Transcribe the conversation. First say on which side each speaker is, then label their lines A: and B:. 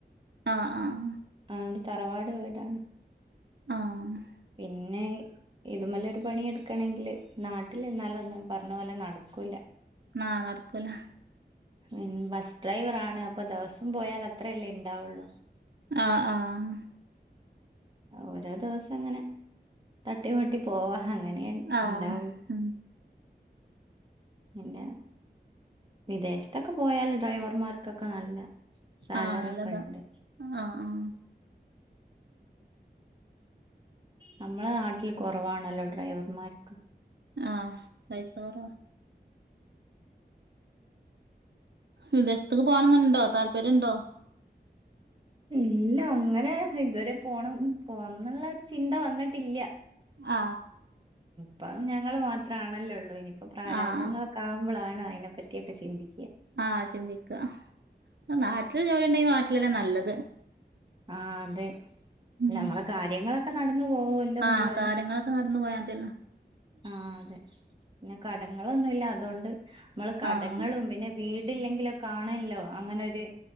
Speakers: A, on the right; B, on the right.
A: ആഹ ആഹ
B: അണ്ട് തറവാട് വീടാണ്
A: ആഹ
B: പിന്നെ ഇതുമല്ലെ ഒരു പണിെടുക്കണെങ്കില് നാട്ടിൽ എന്നാലും ഒന്നും പറഞ്ഞ പോലെ നട ആക്കല്ല
A: ആഹ നടക്കൂല
B: ഉ ബസ് ഡ്രൈവർ ആാണ് അപ്പൊ ദിവസം പോയാൽ അത്രയല്ലേ ഇണ്ടാവുള്ളു
A: ആഹ ആഹ
B: ഓരോ ദിവസം ഇങ്ങനെ തട്ടി വട്ടി പോവാ അങ്ങനെയ
A: ആഹ്
B: ഉണ്ടാവുള്ളു
A: ഉം
B: പിന്നെ വിദേശ ഇതൊക്കെ പോയാല് ഡ്രൈവർമാർക്കൊക്കെ നല്ല സാലറി
A: ആഹ് നല്ലതാ
B: ഒക്കെ ഉണ്ട്
A: ആഹ് ആഹ്
B: നമ്മളെ നാട്ടിൽ കുറവാണല്ലോ ഡ്രൈവർമാർക്ക്
A: ആഹ പൈസ കുറ വിദേശത്തക്ക് പോണംന്നുണ്ടോ താല്പര്യംുണ്ടോ
B: ഇല്ല അങ്ങനെ ഇതുവരെ പോണം പോന്നുള്ള ഒരു ചിന്ത വന്നിട്ടില്ല
A: ആ
B: അപ്പം ഞങ്ങള്ൾ മാത്രമാണല്ലോള്ളൂ ഇനിയിപ്പൊ പ്രാരബ്ധദങ്ങളൊക്കെ
A: ആഹ്
B: ആകുമ്പോളാണ് അതിനെപ്പറ്റിയൊക്കെ ചിന്തി
A: ആഹ ചിന്തിക്കുക നാട്ടില് ജോലി ഉണ്ടെങ്കിൽ നാട്ടിലല്ലേ നല്ലത്
B: ആഹ അതെ
A: ഉം
B: നമ്മള കാര്യങ്ങളൊക്കെ നടന്നു പോവല്ലോന്നുള്ളര്
A: ആഹ് കാര്യങ്ങളൊക്കെ നടന്നു പോയാ മതിയല്ലോ
B: ആ അതെ പിന്നെ കടങ്ങളൊന്നുംല്ല അതുകൊണ്ട് നമ്മള് കടങ്ങളും
A: ആഹ്
B: പിന്നെ വീട് ഇടില്ലെങ്കിലോ കാണല്ലോ അങ്ങനെരു